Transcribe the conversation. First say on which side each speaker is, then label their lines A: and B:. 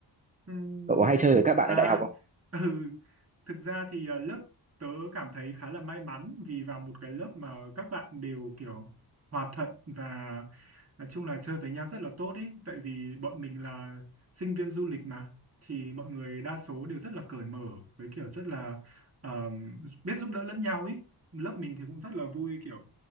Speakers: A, on the right; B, on the right.
A: Ừm,
B: cậu có hay chơi với các bạn
A: à,
B: ở đại học không
A: <laughs> ừ, thực ra thì à, lớp tớ cảm thấy khá là may mắn vì vào một cái lớp mà các bạn đều kiểu hòa thuận và nói chung là chơi với nhau rất là tốt ý. Tại vì bọn mình là sinh viên du lịch mà thì mọi người đa số đều rất là cởi mở với kiểu rất là ờm, biết giúp đỡ lẫn nhau ý. Lớp mình thì cũng rất là vui kiểu